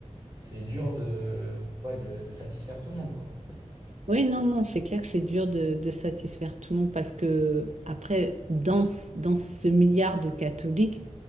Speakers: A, on the right (about 35°); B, on the right (about 65°).
A: C'est dur de, ouais, de, de satisfaire tout le monde, quoi.
B: Oui, non, non, c'est clair que c'est dur de, de satisfaire tout le monde parce que, après, dans, ce- dans ce milliard de catholiques,